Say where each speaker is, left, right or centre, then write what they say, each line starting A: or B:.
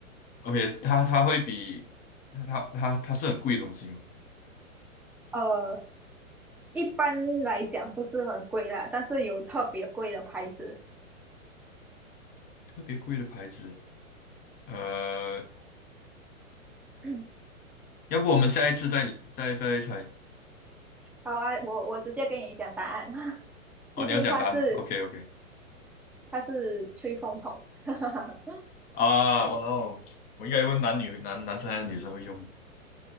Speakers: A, on the left; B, in the centre.
A: OK，它它会比它它它是很贵的东西吗？
B: 呃，一般来讲不是很贵啦，但是有特别贵的牌子。<coughs>
A: 特别贵的牌子，呃，
B: <clears throat>
A: 要不我们下一次再再再猜？
B: 好啊，我我直接跟你讲答案，<laughs>
A: 哦，
B: 就是它是
A: 你要讲答案吗？OK OK，
B: 它是吹风筒。<laughs>
A: 啊，我哦，我应该问男女男男生还是女生会用